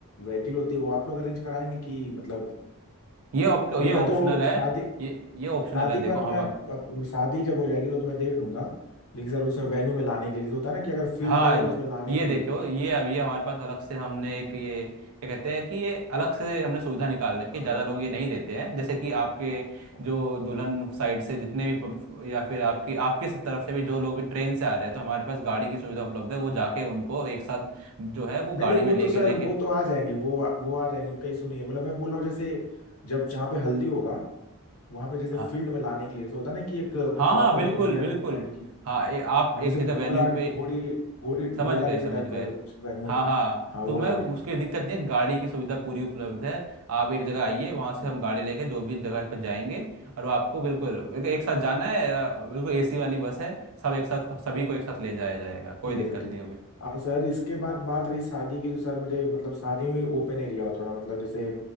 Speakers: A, on the left; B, on the right.
A: व्हीकल होती है वो आप लोग अरेंज कराएंगे कि मतलब
B: ये op-
A: मतलब
B: ये
A: मैं
B: ऑप्शनल
A: तो
B: है
A: शादी
B: ये ये ऑप्शनल
A: शादी
B: है
A: के
B: देखो
A: बाद तुम्हें
B: हम
A: अप- शादी जब हो जाएगी तो तुम्हें देख लूंगा लेकिन सर उसमें वेन्यू में लाने के लिए जैसे होता है ना कि अगर फील्ड
B: हाँ
A: रहेगा
B: इध-
A: तो उसमें लाने
B: ये
A: के लिए
B: देखो ये अभी हमारे पास अलग से हमने एक ये क्या कहते हैं कि ये अलग से हमने सुविधा निकाल रखी
A: हाँ
B: है ज़्यादा
A: हाँ
B: लोग
A: हाँ
B: ये नहीं देते हैं जैसे कि आपके
A: हाँ हाँ
B: जो दुल्हन साइड से जितने भी प- या फिर आपकी आपकी स- तरफ से भी जो लोग भी ट्रेन से आ रहे हैं तो हमारे पास गाड़ी की सुविधा उपलब्ध है वो जाके उनको
A: हाँ।
B: एक साथ जो है वो
A: नहीं
B: गाड़ी
A: नहीं वो
B: में लेके
A: तो सर
B: लेके
A: वो तो आ जाएंगे वो वो आ जाएंगे उनका इशू नहीं है मतलब मैं बोल रहा हूँ जैसे जब जहाँ पे हल्दी होगा वहां पे जैसे
B: हाँ
A: फील्ड में लाने के लिए जैसे होता है ना कि एक
B: हाँ
A: प्रॉपर
B: हाँ बिल्कुल
A: इंडियन
B: बिल्कुल
A: टाइप की
B: हाँ ये आप
A: हाँ
B: एक
A: जैसे
B: जगह
A: घोड़ा
B: वेन्यू पे
A: घोड़ी घोड़ी घोड़ा
B: समझ गए
A: जैसे
B: समझ
A: टाइप
B: गए
A: का हो गया कुछ वेन्यू
B: हाँ हाँ
A: हाँ वो
B: तो मैं
A: लाने के
B: उसकी
A: लिए
B: दिक्कत नहीं है गाड़ी की सुविधा पूरी उपलब्ध है आप एक जगह आइए वहां से
A: हाँ।
B: हम गाड़ी लेके जो भी जगह पर जाएंगे और वो आपको बिल्कुल बिल्कुल एक साथ जाना है अ, बिल्कुल एसी वाली बस है सब एक साथ सभी को एक साथ ले जाया जाएगा कोई
A: ठीक
B: दिक्कत
A: है सर ठीक
B: नहीं होगी
A: आ, सर इसके बाद बात रही शादी की तो सर मुझे मतलब शादी में भी ओपन एरिया हो थोड़ा मतलब जैसे